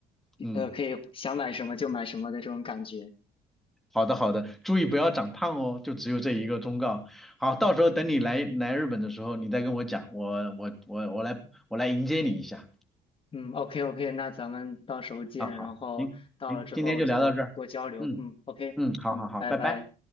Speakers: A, in the centre; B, on the left.
A: 嗯，
B: 呃，可以想买什么就买什么的这种感觉。
A: 好的好的，注意不要长胖哦，就只有这一个忠告。好，到时候等你来来日本的时候，你再跟我讲，我我我我来我来迎接你一下
B: 嗯，OK OK，那咱们到时候见，
A: 啊。好，
B: 然后到了之后就多交流。
A: 行行，今天就聊到这儿。嗯
B: 嗯，OK，
A: 嗯，好好好，
B: 嗯，拜拜。
A: 拜拜。